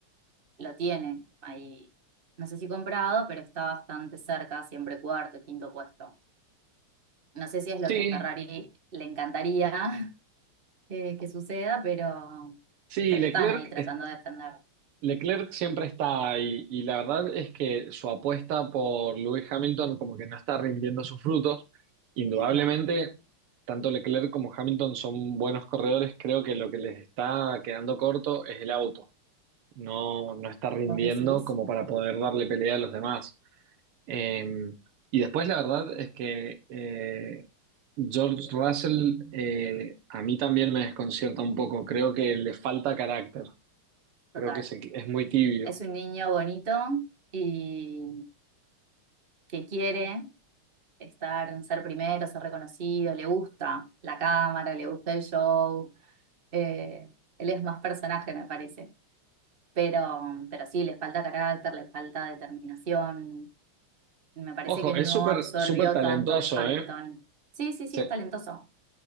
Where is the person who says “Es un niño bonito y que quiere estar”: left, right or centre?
Right